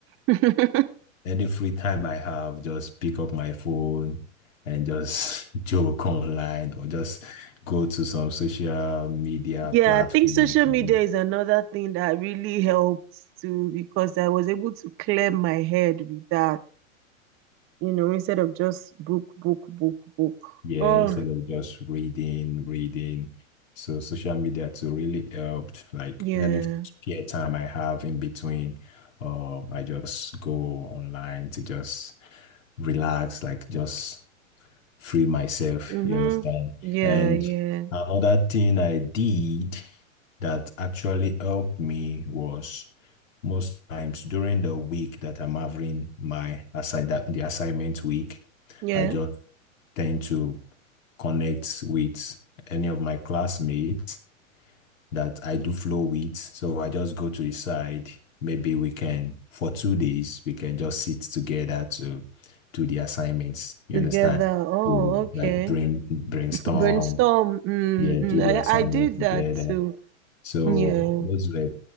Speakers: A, on the right; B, on the left.
A: <laughs>
B: Any free time I have, just pick up my phone and just <laughs> joke online or just go to some social media
A: Yeah,
B: platform.
A: I think social media is another thing that really helped too because I was able to clear my head with that, you know, instead of just book, book, book, book.
B: Yeah,
A: Oh,
B: instead of just reading, reading. So social media too really helped. Like
A: yeah.
B: any spare time I have in between, um, I just go online to just relax, like just free myself,
A: Mm-hmm.
B: you understand?
A: Yeah,
B: And
A: yeah,
B: another thing I did that actually helped me was most times during the week that I'm having my assign that the assignment week,
A: yeah.
B: I just tend to connect with any of my classmates that I do flow with. So I just go to the side. Maybe we can, for two days, we can just sit together to do the assignments. You
A: Together.
B: understand?
A: Oh,
B: To
A: okay.
B: like brain brainstorm,
A: Brainstorm. Mm-hmm.
B: yeah, do the
A: I,
B: assignment
A: I did
B: together.
A: that too.
B: So
A: Yeah.
B: those were